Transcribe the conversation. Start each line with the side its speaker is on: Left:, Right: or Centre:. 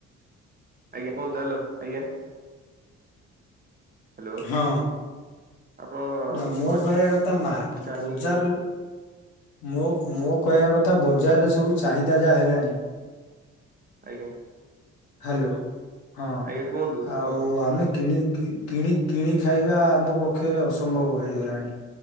Right: ଆଜ୍ଞା କୁହନ୍ତୁ ହେଲୋ ଆଜ୍ଞା ହ୍ୟାଲୋ
Left: ହଁ
Right: ଆପଣ
Left: ନା ମୁଁ
Right: ଭଏସ
Left: କହିବା କଥା ମା
Right: ଟା ଆସୁନି
Left: ବଜାରରେ
Right: କୁହନ୍ତୁ
Left: ମୋ କହିବା କଥା ବଜାରରେ ସବୁ ଚାହିଦା ଯାହା ହେଲାଣି
Right: ଆଜ୍ଞା
Left: ହାଲୋ ହଁ
Right: ଆଜ୍ଞା କୁହନ୍ତୁ ଶୁଭାଯାଉଛି
Left: ଆଉ ଆମେ କିଣି କିଣି କିଣିକି ଖାଇବା ଆମପକ୍ଷରେ ଅସମ୍ଭବ ହୋଇଗଲାଣି